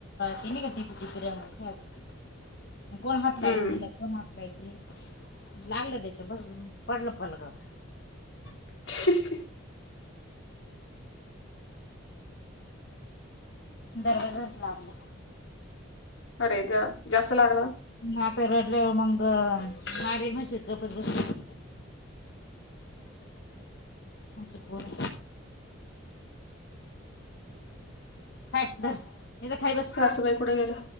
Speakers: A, on the left (about 55°); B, on the left (about 70°).
A: तेनी काातर <unintelligible> कोण हात
B: हम्म
A: लाविल तिला ती लागलं त्याच्या बस पडलं पलगावर.
B: <unintelligible>
A: दरवाजाच लागला.
B: अरे त्या जास्त लागल.
A: आता रडल्यावर मग मारी म्हशी गपच बस सं बोल हे धर इथं खाई बस.
B: सासूबाई कुठे गेल्या